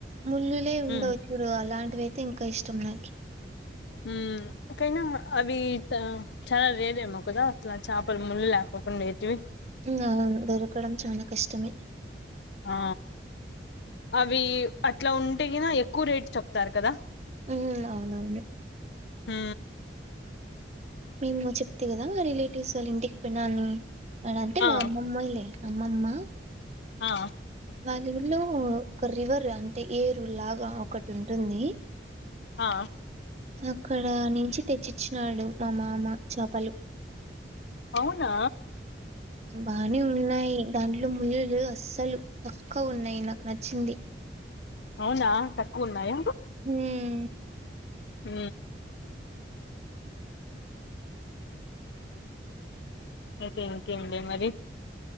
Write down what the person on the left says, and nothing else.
మ్మ్
ఉ కైనా అవి చాలా రేరేమో కదా అట్లా చేపలు ముళ్ళ లేకపోకుండా ఏంటీ వీ
ఆ అవి అట్లా ఉంటే గీన ఎక్కువ రేట్ చెప్తారు కదా
హ్
ఆ
ఆ
ఆ
అవునా
అవునా తక్కువ ఉన్నాయ
ఉ అయితే ఇంకేంలే మరి